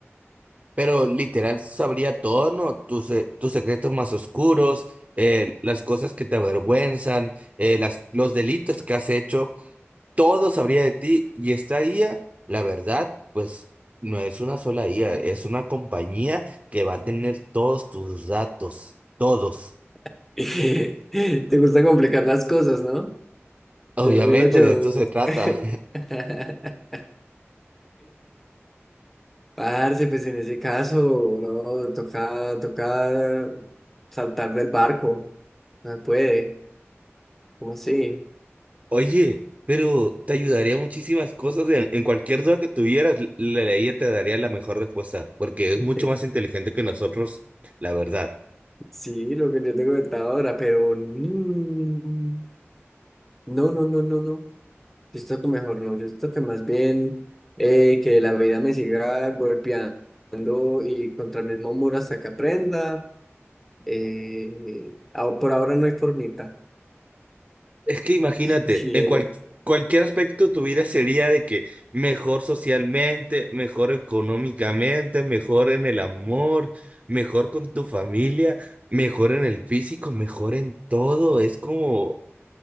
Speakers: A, on the right; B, in the centre.
A: Pero literal sabría todo, ¿no? Tus, eh, tus secretos más oscuros, eh, las cosas que te avergüenzan, eh, las, los delitos que has hecho, todo sabría de ti. Y esta IA, la verdad, pues no es una sola IA, es una compañía que va a tener todos tus datos, todos.
B: <laughs> Te gusta complicar las cosas, ¿no?
A: Obviamente
B: Ya me veo yo.
A: de esto se trata.
B: <laughs> Parce, pues en ese caso, no, toca, toca saltar del barco. No se puede, ¿cómo así?
A: Oye, pero te ayudaría muchísimas cosas en, en cualquier duda que tuvieras, l- la ley te daría la mejor respuesta, porque es
B: <laughs>
A: mucho más inteligente que nosotros, la verdad.
B: Sí, lo que yo te comentaba ahora, pero mm, no, no, no, no, no. Yo siento que mejor no, yo siento que más bien eh, que la vida me siga golpeando y contra el mismo muro hasta que aprenda. eh, ah, por ahora no hay formita,
A: Es que imagínate,
B: <laughs> diría
A: en cual-
B: yo.
A: cualquier aspecto tu vida sería de que mejor socialmente, mejor económicamente, mejor en el amor, mejor con tu familia, mejor en el físico, mejor en todo. Es como